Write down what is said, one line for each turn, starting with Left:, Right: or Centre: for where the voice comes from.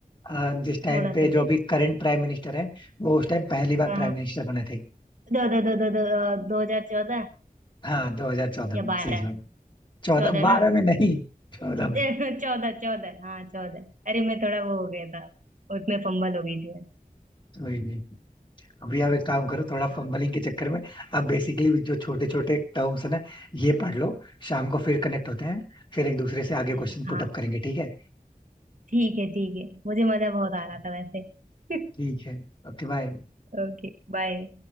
Left: आ, जिस टाइम
Right: थोड़ा
Left: पे
Right: सा
Left: जो
Right: दे
Left: अभी
Right: दो
Left: करंट प्राइम मिनिस्टर है वो उस टाइम पहली बार
Right: हाँ
Left: प्राइम
Right: हाँ
Left: मिनिस्टर बने थे
Right: दो दो दो दो दो दो हजार चौदह
Left: हाँ 2014
Right: या
Left: में
Right: बारह
Left: सही जवाब चौदह
Right: चौदह
Left: बारह
Right: ना
Left: में नहीं चौदह में
Right: <laughs> चौदह चौदह हाँ चौदह अरे मैं थोड़ा वो हो गया था उसमें फंबल हो गई थी मैं
Left: वही नहीं अभी आप एक काम करो थोड़ा
Right: हाँ
Left: फंबलिंग के चक्कर में आप बेसिकली जो छोटे छोटे टर्म्स है ना ये पढ़ लो शाम को फिर कनेक्ट होते हैं फिर एक दूसरे से आगे
Right: अरे
Left: क्वेश्चन
Right: हाँ
Left: पुट अप करेंगे ठीक है
Right: ठीक है ठीक है मुझे मजा बहुत
Left: ओके
Right: आ रहा था वैसे <laughs>
Left: ठीक है Okay bye
Right: Okay bye